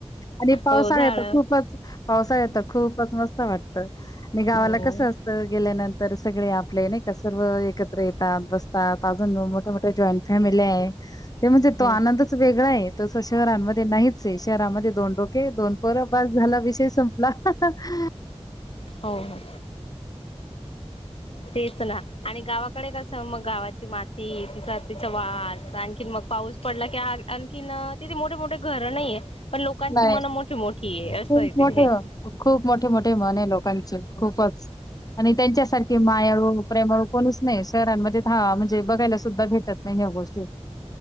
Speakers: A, on the left; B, on the left.
A: आणि पावसाळ्यात
B: हो झाडं
A: तर खूपच पावसाळ्यात तर खूपच मस्त वाटतं आणि गावाला
B: हो
A: कसं असतं? तिथ गेल्यानंतर सगळे आपले नाही का सर्व एकत्र येतात बस - तात अजुन मोठ -मोठ्या जॉईंट फॅमेल्याय ते म्हणजे
B: हम्म,
A: तो आनंदच वेगळय तस शहरांमध्ये नाहीचय शहरामध्ये दोन डोके दोन पोरं बस झाला विषय संपला <unintelligible>
B: हो हो तेच ना आणि गावाकडे कसं मग गावाची माती तिचा तिचा वास आणखीन मग पाऊस पडला की आण - आणखीन तिथे मोठे मोठे घरं नाहीय पण लोकांची
A: नाही.
B: मन मोठी मोठीय
A: खूप
B: असय तिथे
A: मोठं खूप मोठे मोठे मन आहे लोकांचे खूपच. आणि त्यांच्यासारखे मायाळू प्रेमाळू कोणीच नाही आहे शहरांमध्ये हा म्हणजे बघायला सुद्धा भेटत नाही. महिन्या गोष्टी